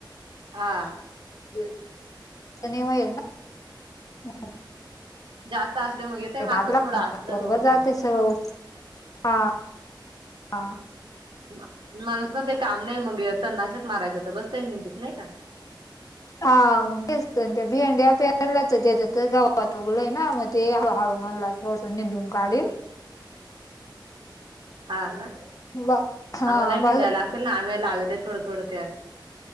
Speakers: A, on the right; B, on the left.
A: हा.
B: जर चने होईल ना हा.
A: जास्त असलं मग येतय मारतात
B: भागला
A: थोडं असलं
B: बरोबर
A: मग
B: जात सळ. <unintelligible> हा हा.
A: म माणूस म ते काम नाही मग य तर नाशक मारायचंत बस ते निंदत नाही का.
B: हा मग तेचत त्या भिंड्या प्यारलाच त्याच्या तर गावात उगलय ना मग ते हळू हळू मानला. थोडस निंदून काढ.
A: हा ना
B: बा हा
A: आम्हाला निंदायला
B: बा
A: लागतील ना आम्ही लावले थोडं थोडं त्या.